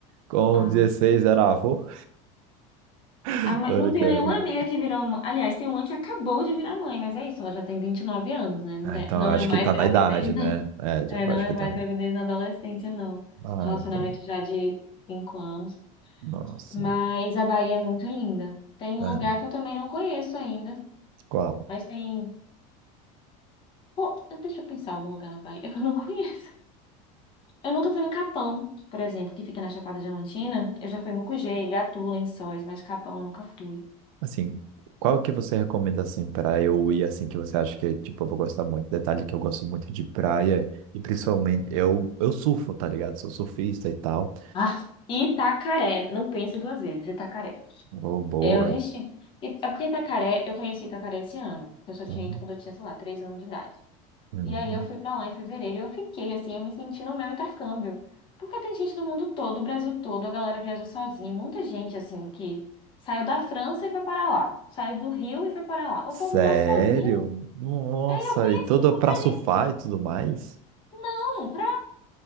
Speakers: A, on the right; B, on the left.
A: com
B: é.
A: 16 era avô. <laughs>
B: A mãe-
A: Tô
B: Não
A: brincando.
B: tenho nenhuma amiga que virou. mã- Aliás, tem uma que acabou de virar mãe, mas é isso, ela já tem 29 anos, né? Não
A: Ah,
B: é,
A: então,
B: não
A: eu acho
B: é mais
A: que tá
B: gravidez,
A: na idade, né?
B: né? <laughs>
A: É, tipo,
B: É, não
A: acho
B: é
A: que
B: mais
A: tá... no-
B: gravidez na adolescência, não.
A: Ah,
B: Relacionamento
A: então...
B: já de 5 anos.
A: Nossa.
B: Mas a Bahia é muito linda. Tem
A: É,
B: um lugar que eu também não conheço ainda,
A: qual?
B: mas tem. Pô, deixa eu pensar algum lugar na Bahia <laughs> que eu não conheço. Eu nunca fui no Capão, por exemplo, que fica na Chapada Diamantina. Eu já fui em Mucugê, Gatu, Lençóis, mas Capão eu nunca fui.
A: Assim, qual que você recomenda, assim, para eu ir, assim, que você acha que, tipo, eu vou gostar muito? Detalhe que eu gosto muito de praia e principalmente, eu, eu surfo, tá ligado? Sou surfista e tal.
B: Ah, Itacaré, não pense duas vezes, Itacaré.
A: Oh, boa.
B: É o destino. E- É porque Itacaré, eu conheci Itacaré esse ano. Eu só tinha
A: Uhum,
B: ido quando eu tinha, sei lá, três anos de idade.
A: uhum.
B: E aí eu fui pra lá em fevereiro e eu fiquei, assim, eu me senti no meu intercâmbio. Porque tem gente do mundo todo, do Brasil todo, a galera viaja sozinha. Muita gente, assim, que saiu da França e foi para lá. Saiu do Rio e foi para lá. O
A: Sério?
B: povo vai sozinho.
A: Nossa,
B: Aí eu conheci
A: e tudo
B: muita
A: pra surfar
B: gente.
A: e tudo mais?
B: Não, pra...